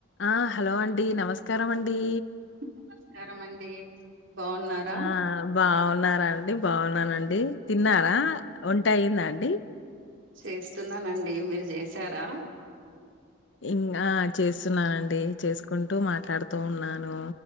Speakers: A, on the left; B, on the right.
A: ఆ! హలో అండి నమస్కారం అండి
B: నమస్కారం అండి బాగున్నారా
A: ఆ బాగు న్నారా అండి బాగున్నానండి తిన్నారా వంటయిందా అండి
B: చేస్తున్నానండి మీరు చేసారా
A: ఇం ఆ చేస్తున్నానండి చేసుకుంటూ మాట్లాడుతూ ఉన్నాను